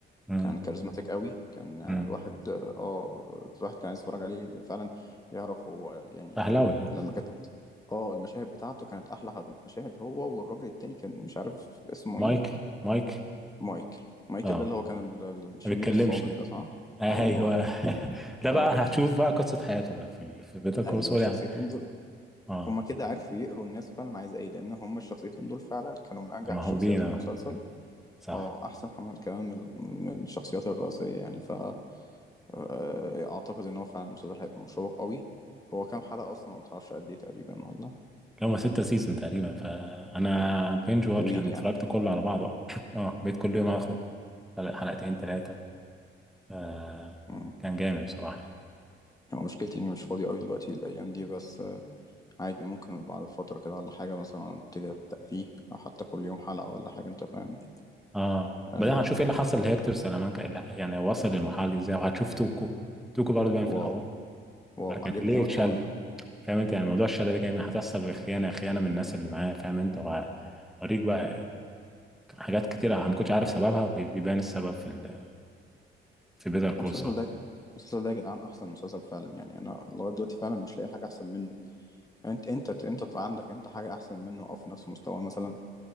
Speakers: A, in the centre; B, on the left (about 20°).
A: مم.
B: كان كاريزماتيك قوي كان يعني
A: امم
B: الواحد اه الواحد كان عايز يتفرج عليه فعلا يعرف هو يعني
A: اهلاوي
B: يعني
A: يعني.
B: لما كانت اه المشاهد بتاعته كانت احلى مشاهد هو والراجل التاني كان مش عارف اسمه
A: مايك
B: ايه
A: مايك
B: مايكل مايكل
A: اه
B: ده اللي هو كان ال- ال- الشرير
A: ما بيتكلمش
B: الصامت
A: ده
B: ده صح
A: ايوه
B: ايوه ده
A: <laughs> ده بقى
B: فالشخص
A: هتشوف بقى قصة حياته بقى في ال... في بيتر كول
B: ايوه
A: سول
B: الشخصيتين
A: يعني
B: دول
A: اه
B: هما كده عرفوا يقروا الناس فعلا عايزه ايه لان هما الشخصيتين دول فعلا كانوا من انجح
A: المحبوبين
B: الشخصيات في
A: اه
B: المسلسل
A: صح
B: اه احسن حمل كمان من من الشخصيات الرئيسيه يعني ف آه، اعتقد ان هو فعلا المسلسل هيبقى مشوق قوي هو كام حلقة اصلا ما بتعرفش قد ايه تقريبا والله
A: هما ستة سيزون تقريبا فانا بينج واتش
B: طويل
A: يعني اتفرجت
B: يعني
A: كله على بعضه <coughs> اه بقيت كل يوم اخد حلق- حلقتين ثلاثة آه.
B: مم.
A: كان جامد بصراحة يعني
B: هو مشكلتي اني مش فاضي قوي دلوقتي الايام دي بس آه، عادي ممكن بعد فترة كده ولا حاجة مثلا ابتدي ابدأ فيه او حتى كل يوم حلقة ولا حاجة انت فاهم
A: اه
B: آه
A: بعدين هتشوف ايه اللي حصل لهيكتور سلامانكا إيه اللي- يعني وصل للمرحلة دي ازاي وهتشوف توكو توكو برضه باين في
B: واو
A: الاول
B: واو
A: خد بالك يعني
B: عجبني
A: ليه
B: اوي
A: اتشل
B: الحوار ده
A: فاهم انت يعني موضوع الشلل ده جاي من هتحصل بخيانه خيانه من الناس اللي معاه فاهم انت وهوريك بقى حاجات كتيره ما كنتش عارف سببها وبيبان السبب في ال- في بيتر كول
B: المسلسل
A: سول
B: ده المسلسل ده يا جدعان احسن مسلسل فعلا يعني انا لغايه دلوقتي فعلا مش لاقي حاجه احسن منه انت انت انت طلع عندك انت حاجه احسن منه او في نفس مستواه مثلا